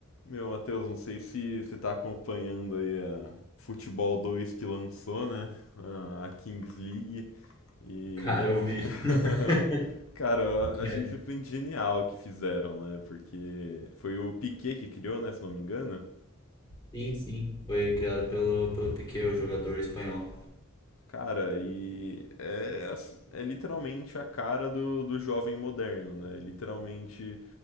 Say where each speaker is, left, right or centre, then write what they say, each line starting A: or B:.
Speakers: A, on the left; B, on the left.
A: Meu, Matheus, não sei se você tá acompanhando aí a Futebol 2 que lançou, né? A a Kings League. E.
B: Cara, eu vi. <laughs>
A: <laughs> Cara, eu achei
B: É,
A: simplesmente genial o que fizeram, né? Porque foi o Piquet que criou, né? Se não me engano.
B: sim, sim. Foi criado pelo, pelo Piqué, o jogador espanhol.
A: Cara, e é, ass- é literalmente a cara do, do jovem moderno, né? Literalmente